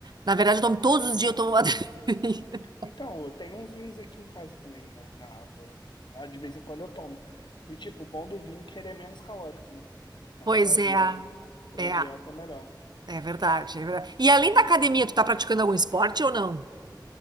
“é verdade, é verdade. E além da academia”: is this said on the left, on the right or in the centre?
Right